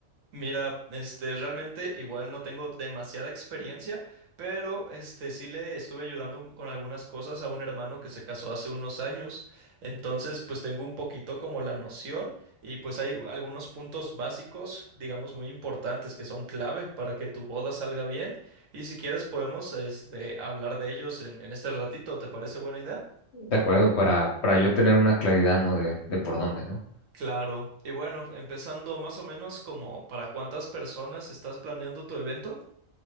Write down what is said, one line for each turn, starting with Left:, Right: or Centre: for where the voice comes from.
Right: Mira, este, realmente igual no tengo demasiada experiencia, pero este sí le estuve ayudando un- con algunas cosas a un hermano que se casó hace unos años. Entonces, pues tengo un poquito como la noción y pues hay algunos puntos básicos, digamos, muy importantes que son clave para que tu boda salga bien. Y si quieres podemos este hablar de ellos en, en este ratito, ¿te parece buena idea?
Left: De acuerdo, para, para yo tener una claridad, ¿no? De, de por dónde, ¿no?
Right: Claro. Y bueno, empezando más o menos como para cuántas personas estás planeando tu evento.